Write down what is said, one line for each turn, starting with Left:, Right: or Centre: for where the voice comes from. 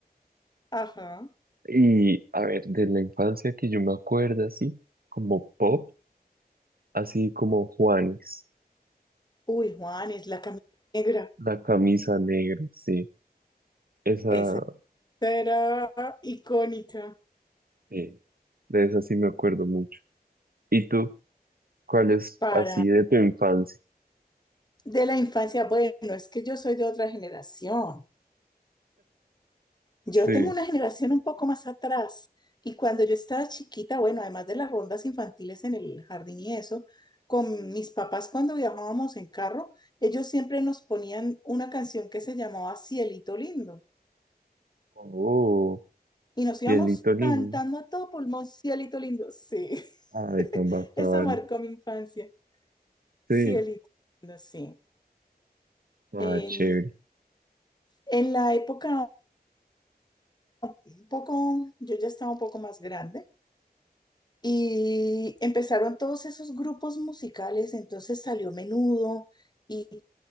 Left: Ajá.
Right: Y a ver, de la infancia que yo me acuerdo así, como pop, así como Juanes,
Left: Uy, Juan, es la camisa negra.
Right: la camisa negra, sí, esa,
Left: Esa era icónica
Right: sí, de esa sí me acuerdo mucho. ¿Y tú? ¿Cuál es
Left: para
Right: así de tu infancia?
Left: de la infancia. Bueno, es que yo soy de otra generación. Yo
Right: Sí.
Left: tengo una generación un poco más atrás y cuando yo estaba chiquita, bueno, además de las rondas infantiles en el jardín y eso, con mis papás cuando viajábamos en carro, ellos siempre nos ponían una canción que se llamaba Cielito Lindo
Right: Oh,
Left: y nos íbamos
Right: hielito
Left: cantando
Right: lindo.
Left: a todo pulmón, Cielito Lindo, sí,
Right: Ah, de
Left: <laughs>
Right: tan bastante.
Left: esa marcó mi infancia, Cielito
Right: Sí.
Left: Lindo, sí.
Right: Ah,
Left: En,
Right: chévere.
Left: en la época un poco, yo ya estaba un poco más grande. Y empezaron todos esos grupos musicales, entonces salió Menudo y